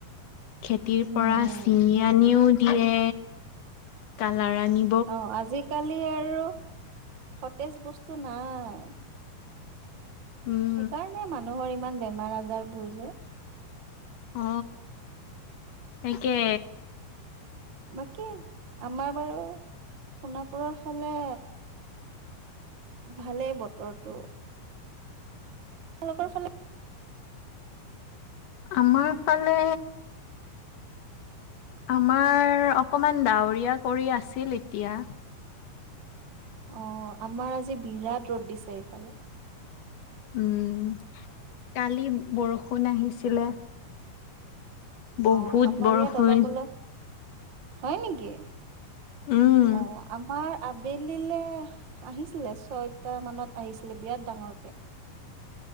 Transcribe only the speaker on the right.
উম
অ আজিকালি আৰু সতেজ বস্তু নাই
সেইকাৰণে মানুহৰ ইমান বেমাৰ আজাৰ বোৰ যে
বাকী‌ আমাৰ বাৰু সোণাপুৰৰ ফালে ভালে বতৰটো তোমালোকৰ ফালে
অ আমাৰ আজি বিৰাট ৰ'দ দিছে এইফালে
অ আমাৰ
ইয়াত অলপ অলপ হয় নেকি
অ আমাৰ আবেলিলে আহিছিলে ছয়টা মানত আহিছিলে বিৰাট ডাঙৰকে